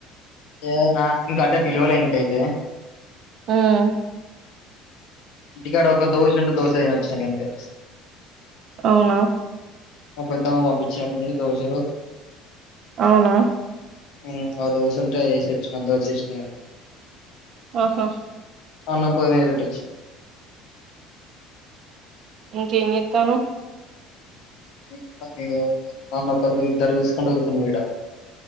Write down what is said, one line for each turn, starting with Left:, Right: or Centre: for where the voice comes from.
Left: ఏమో నా ఇంక అంటే పిలువలే ఇంకైతే
Right: ఉమ్
Left: ఇంటికాడ ఒక దోశ ఉంటే దోశ తి ఇగ అంతే
Right: అవునా
Left: మా పెద్దమ్మ పంపించినట్టుంది దోశాలు
Right: అవునా
Left: ఉమ్మ్ ఆ దోసుంటే ఏసిచ్చిన దోచేసిన ఇగ
Right: ఆహా
Left: అన్న పోయి మీది పెట్టొచిన
Right: ఇంకేం చెత్తన్నావ్
Left: నన్ను ఇగో నన్ను ఒక్కళ్ళు ఇద్దరు చుసుకుంటా కూర్చున్నారు ఇడ